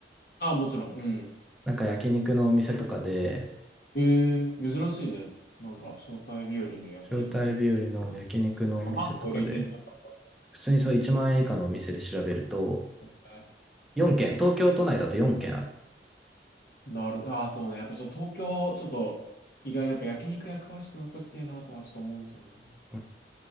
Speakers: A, on the left; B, in the centre.
A: あ、もちろん。うん。
B: なんか焼肉のお店とかで、
A: ええ珍しいね。なんか、招待日和で焼肉だ。
B: 招待日和の焼肉のお店とかで、
A: あ万超えるイメージだったも
B: 普通にそう1万円以下のお店で調べると、
A: んね。
B: 4軒、東京都内だと4軒ある。
A: なる。ああ、そうね。やっぱそう、東京、ちょっと、いろいろやっぱ焼肉屋詳しくなっときてえなとはちょっと思うんですよね。
B: うん